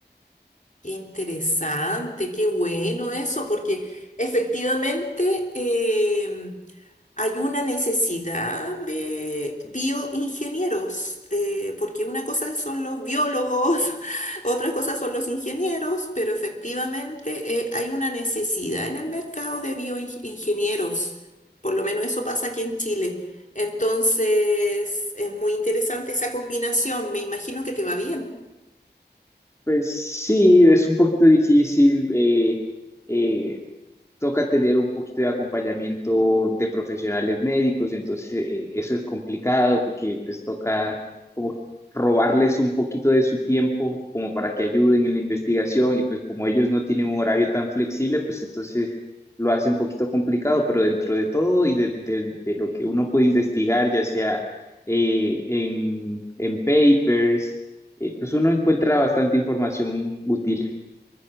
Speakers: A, on the left; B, on the left.
A: Qué interesante, qué bueno eso, porque efectivamente em, hay una necesidad de bioingenieros, eh, porque una cosa son los biólogos, <laughs> otra cosa son los ingenieros, pero efectivamente eh, hay una necesidad en el mercado de bioingenieros, por lo menos eso pasa aquí en Chile. Entonces, es muy interesante esa combinación, me imagino que te va bien.
B: Pues sí, es un poquito difícil. eh, eh, toca tener un poquito de acompañamiento de profesionales médicos, entonces eh, eso es complicado porque pues toca como robarles un poquito de su tiempo como para que ayuden en la investigación y pues como ellos no tienen un horario tan flexible, pues entonces lo hace un poquito complicado, pero dentro de todo y de, de- de lo que uno puede investigar, ya sea eh, en, en papers, eh, pues uno encuentra bastante información útil.